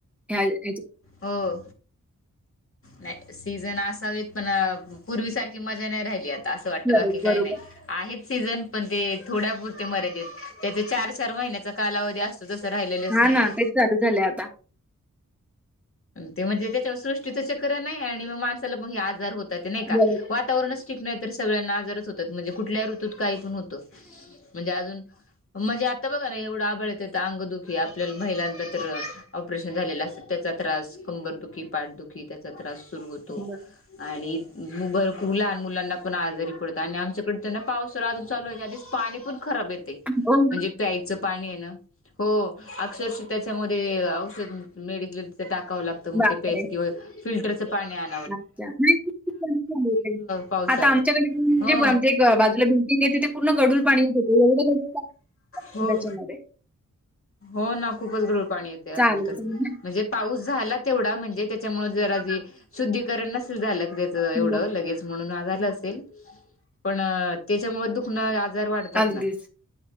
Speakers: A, in the centre; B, on the left.
A: ह्या ह्याची
B: हो. नाई सीझन असावीत पण अ पूर्वी सारखी मजा नाही राहिली आत असं वाटतं
A: खरंच
B: बाकी
A: बरोबर.
B: काही नाही. आहेत सीझन पण ते थोड्या पुुरते मर्यादेत त्याच चार चार महिन्याचा कालावधी अस तसं राहिलेलंच
A: हां
B: नाहीये.
A: ना, चालू झाले आता.
B: ते म्हणजे त्याच्यावर सृष्टीच चक्र नाही य आणि म माणसाला पण मग, हे आजार होतात ते नाही का
A: बरोबर,
B: वातावरण नाही तर सगळ्यांना आजारच होतात म्हणजे कुठल्या ऋतूत काही पण होतं म्हणजे अजून म्हणजे आता बघा ना एवढं आभळ येत अंगदुखी आपल्याल महिलांना तर ऑपरेशन झालेलं असत चा त्रास कंबरदुखी पाठदुखी त्याचा त्रास सुरू होतो.
A: बरं.
B: आणि म भर लहान मुलांना पण आजारी पडतात आणि आमच्याकडे त्यांना पाऊस पाऊस चालू व्हायच्या आधी पाणी पण खराब येते
A: हो ना?
B: म्हणजे प्यायचं पाणी आहे ना हो अक्षरश त्याच्यामध्ये औषध मेडिकले च टाकावं लागत मग
A: बापरे!
B: ते प्यायच किंवा फिल्टरचं पाणी आण
A: अच्छा नाही <unintelligible>
B: पावसात
A: आता आमच्याकडे म्हणजे
B: ह
A: आमच्या बाजूला बिल्डिंग, जिते तिथे पूर्ण गडूळ पाणीच येतं होत एवढ गढूळ पाणी
B: हो
A: त्याच्यामध्ये,
B: हो ना खूपच गढुळ पाणी येते अजून
A: चालेल,
B: तर
A: चालेल.
B: म्हणजे पाऊस झाला तेवढा म्हणजे त्याच्यामुळे जरा जे शुद्धीकरण नसल झालं त्याच एवढं
A: हो,
B: लगेच. म्हणून आज आल असेल पण त्याच्यामुळ दुख न्हाय आजार वाढतात
A: अगदीच.
B: ना